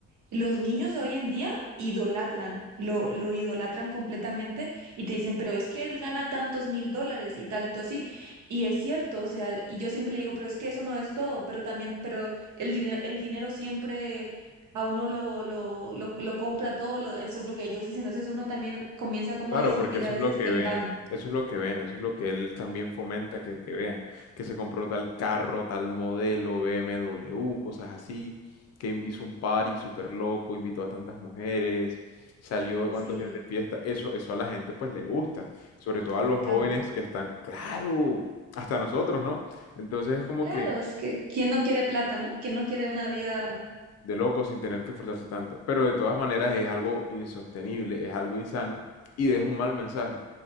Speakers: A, on the right (about 75°); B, on the left (about 55°).
A: Los niños de hoy en día idolatran, lo, lo idolatran completamente y te dicen, pero es que él gana tantos mil dólares y tanto así. Y es cierto, o sea, y yo siempre le digo, pero es que eso no es todo, pero también, pero el dinero, el dinero siempre a uno lo, lo, lo, lo compra todo, lo- eso es lo que ellos dicen. Entonces uno también comienza como
B: Claro,
A: a discutir
B: porque eso
A: a veces
B: es lo que
A: en
B: ven,
A: vano.
B: eso es lo que ven, eso es lo que él también fomenta que, que vean, que se compró tal carro, tal modelo, BMW, cosas así, que hizo un party súper loco, invitó a tantas mujeres, salió cuantos
A: Sí,
B: días de fiesta, eso, eso a la gente pues le gusta, sobre todo a
A: le
B: los
A: encanta.
B: jóvenes que están, claro, hasta nosotros, ¿no? Entonces es como
A: Claro,
B: que
A: es que ¿quién no quiere plata, no? ¿Quién no quiere una vida?
B: de loco sin tener que esforzarse tanto. Pero de todas maneras
A: Exacto,
B: es algo insostenible, es algo insano y deja un mal mensaje.